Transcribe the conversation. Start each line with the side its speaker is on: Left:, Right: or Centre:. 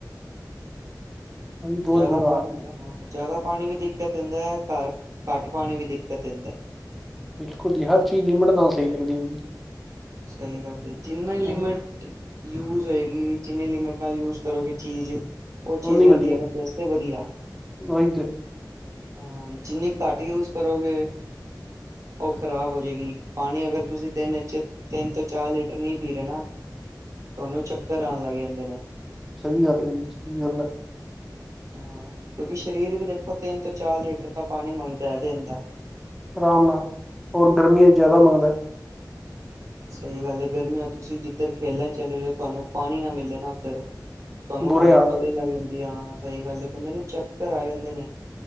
Centre: ਭਾਜੀ ਬਹੁਤ
Right: ਜ਼ਿਆਦਾ
Centre: ਬੁਰਾ
Right: ਪਾਣੀ
Centre: ਹਾਲ ਸੀ
Right: ਹਾਂ। ਜਿਆਦਾ ਪਾਣੀ ਵੀ ਦਿੱਕਤ ਦੇਂਦਾ, ਘਰ ਘੱਟ ਪਾਣੀ ਵੀ ਦਿੱਕਤ ਦੇਂਦਾ।
Centre: ਬਿਲਕੁਲ ਜੀ, ਹਰ ਚੀਜ਼ ਲਿਮਟ ਨਾਲ ਸਈ ਲੱਗਦੀ ਐ ਜੀ।
Right: ਸਈ ਗੱਲ ਏ, ਜਿੰਨੀ ਲਿਮਿਟ
Centre: ਹਮ,
Right: ਯੂਜ ਹੋਏਗੀ, ਜਿੰਨੀ ਲਿਮਿਟ ਨਾਲ ਯੂਜ ਕਰੋਗੇ ਚੀਜ਼ ਓ ਚੀਜ਼
Centre: ਉਹ ਨਹੀਂ
Right: ਰਹਿੰਦੀ
Centre: ਵਧੀਆ
Right: ਏ ਬੰਦੇ ਅਸਤੇ ਵਧੀਆ।
Centre: ਉਹੀ ਤੇ
Right: ਹਾਂ, ਜਿੰਨੀ ਘੱਟ ਯੂਜ ਕਰੋਗੇ ਓ ਖਰਾਬ ਹੋ ਜੇਗੀ, ਪਾਨੀ ਅਗਰ ਤੁਸੀਂ ਦਿਨ 'ਚ ਤਿੰਨ ਤੋਂ ਚਾਰ ਲੀਟਰ ਨੀ ਪੀ ਰੇ ਨਾ ਤੁਹਾਨੂੰ ਚੱਕਰ ਆਨ ਲੱਗ ਜਾਂਦੇ ਨੇ।
Centre: ਸਈ ਆਖਿਆ ਜੀ, ਸਈ ਗੱਲ ਐ।
Right: ਹਾਂ ਕਿਉਂਕਿ ਸਰੀਰ ਵੀ ਦੇਖੋ ਤਿੰਨ ਤੋਂ ਚਾਰ ਲੀਟਰ ਤਾਂ ਪਾਨੀ ਮੰਗਦਾ ਐ ਦਿਨ ਦਾ।
Centre: ਆਰਾਮ ਨਾਲ, ਹੋਰ ਗਰਮੀਆਂ 'ਚ ਜਾਦਾ ਮੰਗਦਾ ਐ।
Right: ਸਈ ਗੱਲ ਏ, ਗਰਮੀਆਂ ਤੁਸੀਂ ਜਿੱਧਰ ਖੇਲਨ ਚਲੇ ਜੋ, ਤੁਹਾਨੂੰ ਪਾਨੀ ਨਾ ਮਿਲੇ ਨਾ ਤੁਹਾਨੂੰ
Centre: ਬੁਰੇ
Right: ਹਾਲਤ
Centre: ਹਾਲ
Right: ਪਤਾ
Centre: ਹੋਏ
Right: ਹੀ
Centre: ਪਏ
Right: ਲੱਗ ਜਾਂਦੀ ਆ ਸਹੀ ਗੱਲ ਏ ਬੰਦੇ ਨੂੰ ਚੱਕਰ ਆ ਜਾਂਦੇ ਨੇ।